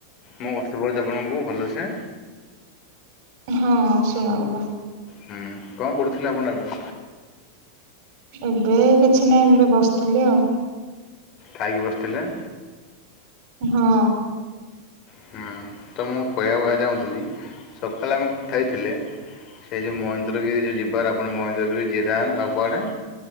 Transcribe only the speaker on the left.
ମୁଁ <unintelligible> ଆପଣଙ୍କୁ ଭଲସେ।
ହୁଁ କଣ କରୁଥିଲେ ଆପଣ ଏବେ?
ଖଇକି ବସିଥିଲେ?
ହୁଁ। ତ ମୁଁ କହିବା କ ଚାହୁଁଥିଲି, ସକାଳେ ଆମେ କଥା ହେଇଥିଲେ ସେ ଯେଉଁ ମହେନ୍ଦ୍ରଗିରି ଯେଉଁ ଯିବାର ଆପଣ ମହେନ୍ଦ୍ରଗିରି ଜିରାଙ୍ଗ ଆଉ କୁଆଡ଼େ